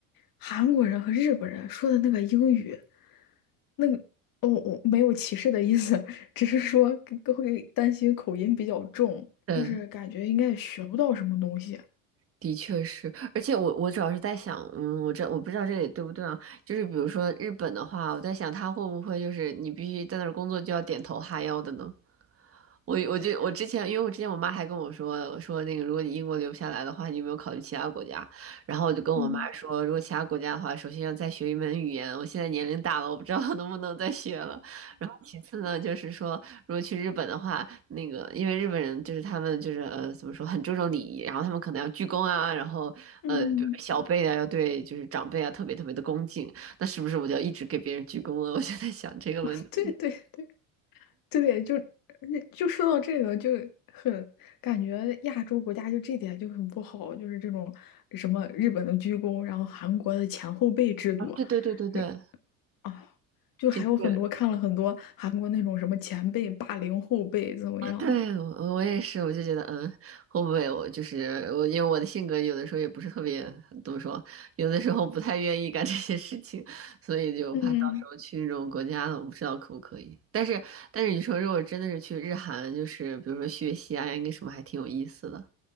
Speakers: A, on the left (about 55°); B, on the right (about 35°).
A: 韩国人和日本人说的那个英语。那个，哦，我没有歧视的意思，<laughs> 只是说更会担心口音比较重，
B: 对，
A: 就是感觉应该也学不到什么东西。
B: 的确是，而且我我主要是在想，嗯，我这我不知道这里对不对啊？就是比如说日本的话，我在想他会不会就是你必须在那儿工作就要点头哈腰的呢？我我就我之前，因为我之前我妈还跟我说说那个，如果你英国留不下来的话，你有没有考虑其他国家？然后我就跟我妈说，
A: 嗯
B: 如果其他国家的话，首先要再学一门语言。我现在年龄大了，我不知道能不能再学了。然后其次呢，就是说如果去日本的话，那个因为日本人就是他们就是呃怎么说很注重礼仪，然后他们可能要鞠躬啊，然后呃比如说小辈啊要对就是长辈啊特别特别的恭敬，
A: 嗯，
B: 那是不是我就要一直给别人鞠躬了？<laughs> 我就在想这个问题。
A: <laughs> 对对对对，就呃就说到这个，就很感觉亚洲国家就这点就很不好，就是这种什么日本的鞠躬，然后韩国的前后辈制度，
B: 啊，对对对对对，
A: 是啊，就还有很多看了很多韩国那种什么前辈霸凌后辈怎么样？
B: 就。这 <laughs> 对，我我也是，我就觉得，嗯，会不会我就是我，因为我的性格有的时候也不是特别，怎么说，有的时候不太愿意干这些事情，所以就怕到时候去那种国家了，
A: 嗯，
B: 我不知道可不可以。但是，但是你说如果真的是去日韩，就是比如说学习啊，应该什么还挺有意思的，